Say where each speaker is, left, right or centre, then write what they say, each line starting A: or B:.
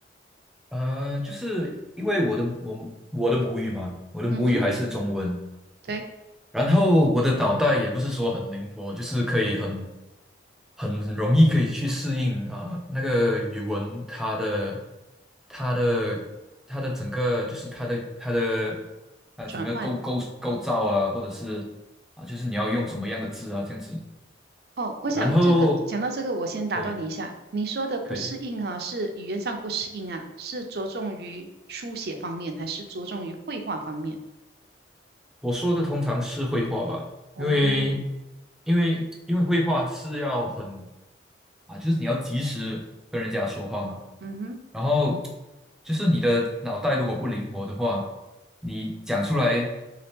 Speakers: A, in the centre; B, on the right.
A: 呃，就是因为我的我我的母语嘛，我的母语还是中文，
B: 嗯哼，对，
A: 然后我的脑袋也不是说很灵活，就是可以很很容易可以去适应啊、那个语文它的它的它的整个就是它的它的呃整个构构构造啊，
B: 转换。
A: 或者是啊、就是你要用什么样的字啊这样子，
B: 哦，我想这个讲到这个，
A: 然后
B: 我先打断你一下，
A: 对，
B: 你说的不适应啊，
A: 可以。
B: 是语言上不适应啊，是着重于书写方面，还是着重于绘画方面？
A: 我说的通常是绘画吧，
B: 哦，
A: 因为因为因为绘画是要很啊，就是你要及时跟人家说话嘛，
B: 嗯哼，
A: 然后就是你的脑袋如果不灵活的话，你讲出来